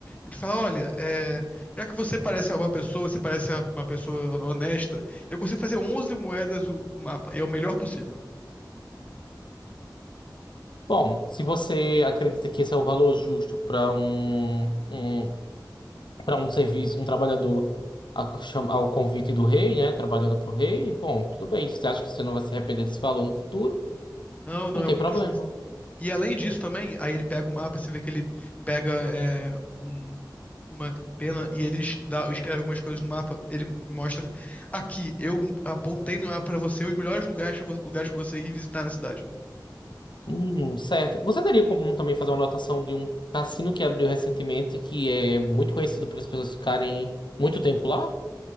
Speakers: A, on the left (about 20°); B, on the left (about 85°).
A: Ele fala: Olha, é, já que você parece uma boa pessoa, você parece uma, uma pessoa honesta, eu consigo fazer 11 moedas o, o mapa. E É o melhor possível.
B: Bom, se você acredita que esse é o valor justo para um, um, para um serviço, um trabalhador a- cham- ao convite do rei, né? Trabalhando para o rei, bom, tudo bem. Se você acha que você não vai se arrepender desse valor no futuro,
A: Não, não,
B: não tem
A: é muito
B: problema.
A: justo. E além disso também, aí ele pega o mapa, você vê que ele pega é, um- uma pena e ele es- dá- escreve algumas coisas no mapa. Ele mostra aqui, eu apontei no mapa pra você os melhores lugares pra vo- lugares para você ir visitar na cidade.
B: Hum, certo. Você teria como também fazer uma anotação de um cassino que abriu recentemente, que é muito conhecido pelas pessoas ficarem muito tempo lá?